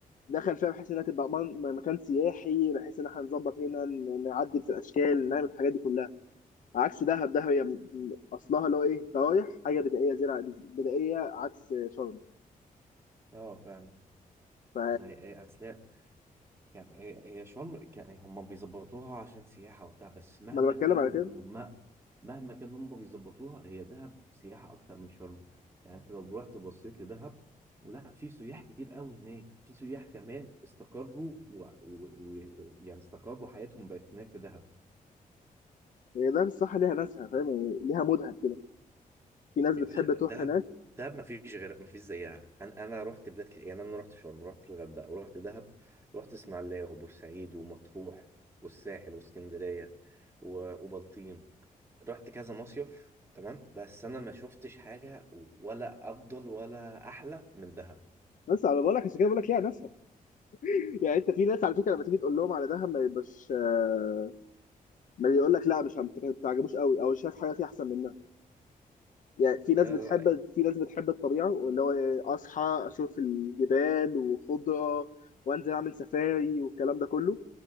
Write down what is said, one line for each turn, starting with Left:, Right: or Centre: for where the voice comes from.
Left: دخل فيها بحيث انها تبقى من- مكان سياحي بحيث ان احنا نظبط هنا ن- نعدل في الاشكال نعمل الحاجات دي كلها عكس دهب دهب هي م- م- اصلها اللي هو ايه رايح حاجه بدائيه زراعه بدائيه عكس شرم
Right: اه فعلا
Left: ف
Right: ما هي اصل هي كان هي هي شرم كان هم بيظبطوها عشان سياحة وبتاع بس مهما
Left: ما انا بتكلم
Right: كان
Left: على كده
Right: هم ما مهما كان هم بيظبطوها هي دهب سياحة أكتر من شرم يعني أنت لو رحت بصيت لدهب لا في سياح كتير قوي هناك في سياح كمان استقروا و... و... و... يعني استقروا حياتهم بقت هناك في دهب
Left: هي ده الصح ليها ناسها فاهم يعني ليها مودها كده في ناس
Right: يا
Left: بتحب
Right: باشا
Left: تروح
Right: دهب
Left: هناك
Right: دهب ما فيش غير ما فيش زيها انا انا رحت بلاد كتير يعني انا رحت شرم رحت الغردقه ورحت دهب رحت اسماعيليه وبورسعيد ومطروح والساحل واسكندريه و- وبلطيم رحت كذا مصيف تمام بس انا ما شفتش حاجه ولا افضل ولا احلى من دهب
Left: بس على بالك عشان كده بقول لك ليها ناسها <laughs> يعني انت في ناس على فكره لما تيجي تقول لهم على دهب ما يبقاش آه، ما يقول لك لا مش ما تعجبوش قوي او شايف حاجه فيها احسن منها يعني في ناس
Right: ده
Left: بتحب
Right: رايي
Left: في ناس بتحب الطبيعه واللي هو إيه، اصحى اشوف الجبال وخضره وانزل اعمل سفاري والكلام ده كله